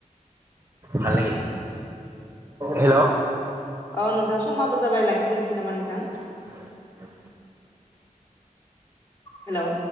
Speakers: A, on the right (about 15°); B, on the left (about 20°).
A: हाले हेलौ
B: औ नोंथां समाबो जाबाय लाखिदोनोसै नामा नोंथां
A: <inaudible>
B: हेलौ